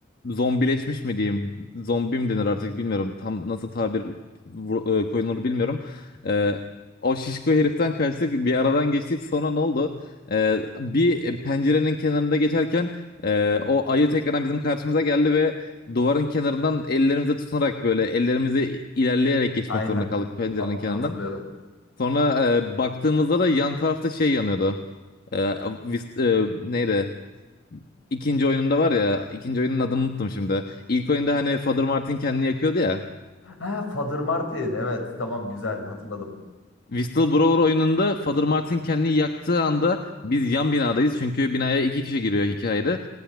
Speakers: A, on the left (about 50°); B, on the left (about 70°).
A: zombileşmiş mi diyeyim? Zombi mi denir artık bilmiyorum. Tam nasıl tabir vur- e, koyulur bilmiyorum. E, o şişko heriften kaçtık bir aradan geçtik sonra ne oldu? Ee, bir pencerenin kenarında geçerken e, o ayı tekrardan bizim karşımıza geldi ve duvarın kenarından ellerimize tutunarak böyle ellerimizi ilerleyerek geçmek
B: Aynen.
A: zorunda kaldık pencerenin
B: A-
A: kenarından.
B: hatırlıyorum.
A: Sonra e, baktığımızda da yan tarafta şey yanıyordu. Ee, vis- e, neydi? İkinci oyununda var ya ikinci oyunun adını unuttum şimdi. İlk oyunda hani Father Martin kendini yakıyordu ya.
B: Ha, Father Martin. Evet, tamam güzel hatırladım.
A: Whistleblower oyununda Father Martin kendini yaktığı anda biz yan binadayız. Çünkü binaya iki kişi giriyor hikayede.